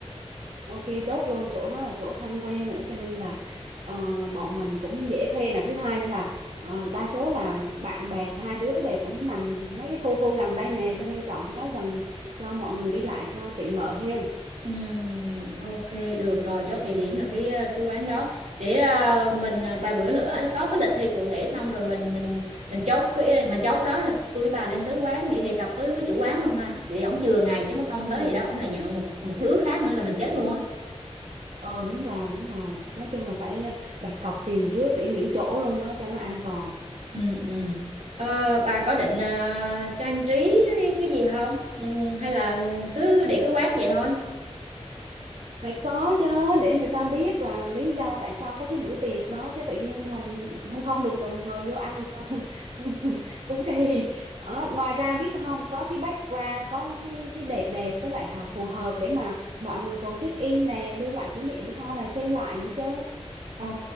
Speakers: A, on the right; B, on the right.
A: Ok chốt luôn chỗ đó là chỗ thân quen nữa cho nên là ờ, bọn mình cũng dễ thuê nè thứ hai nữa là ờ, đa số là bạn bè hai đứa đều cũng nằm mấy cái khu khu gần đây nè cho nên chọn chỗ đó gần cho mọi người đi lại cho tiện lợi hen
B: Ừm, ok được rồi chốt địa điểm là cái ờ, cái quán đó để ờ, mình ờ, vài bữa nữa có cái lịch thi cụ thể xong rồi mình mình mình chốt cái mình chốt đó là tôi với bà lên tới quán để đề cập với với chủ quán luôn ha thì ổng chừa ngày chứ mất công
A: Ừ.
B: tới vậy đó ổng lại nhận một một đứa khác nữa là mình chết luôn á
A: ờ đúng rồi đúng rồi nói chung là phải ờ, đặt cọc tiền trước để nghỉ chỗ luôn đó cho nó an toàn
B: ừ, ừ. Ờ, bà có định ờ, trang trí cái gì không ừ, hay là cứ để cái quán vậy thôi
A: phải có chứ để người ta biết là lý do tại sao có cái bữa tiệc đó chứ tự nhiên mình không không đùng đùng mời vô ăn người ta <laughs> cũng kỳ Ờ, ngoài ra biết sao không có cái background có cái cái đẹp đẹp với lại hợp- phù hợp để mà mọi người còn check in nè lưu lại kỷ niệm để sau này xem lại nữa chứ
B: Ờ,